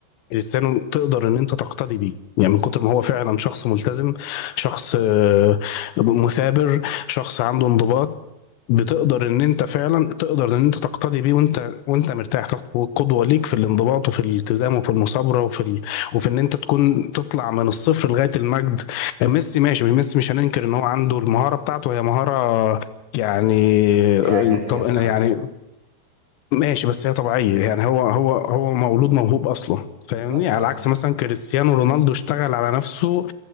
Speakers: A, on the left (about 80°); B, on the right (about 80°).
A: كريستيانو تقدر ان انت تقتدي بيه يعني من كتر ما هو فعلا شخص ملتزم شخص آه، مثابر شخص عنده انضباط بتقدر ان انت فعلا تقدر ان انت تقتدي بيه وانت وانت مرتاح تاخد قدوه ليك في الانضباط وفي الالتزام وفي المثابره وفي ال... وفي ان انت تكون تطلع من الصفر لغايه المجد ميسي ماشي ميسي مش هننكر ان هو عنده المهاره بتاعته هي مهاره يعني آه،
B: اعجازيه
A: طب
B: بصراحه
A: يعني ماشي بس هي طبيعية يعني هو هو هو مولود موهوب أصلا
B: بالظبط
A: فاهمني على
B: اه
A: عكس مثلا كريستيانو رونالدو اشتغل على نفسه